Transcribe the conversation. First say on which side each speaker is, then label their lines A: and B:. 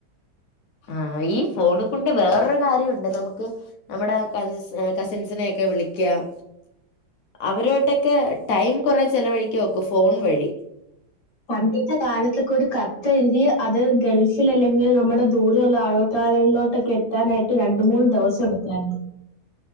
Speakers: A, on the left; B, on the left.
A: ആഹ് ഈ ഫോണ് കൊണ്ട് വേറൊരു കാര്യമുണ്ട് നമുക്ക് നമ്മുടെ കസി കസിൻസിനൊക്കെ വിളിക്കാം അവരമായിട്ടൊക്കെ ടൈം കൊറെ ചെിലവഴിക്ക് നോക്കും ഫോൺ വഴി.
B: പണ്ടത്തെ കാലത്തൊക്കെ ഒരു കത്തെ എഴുതി അത് ഗൾഫിൽ അല്ലെങ്കിൽ നമ്മുടെ ദൂരുള്ള ആൾക്കരിലോട്ടൊക്കെ എത്താനായിട്ട് രണ്ട് മൂന്ന് ദിവസം എടുക്കായിരുന്നു.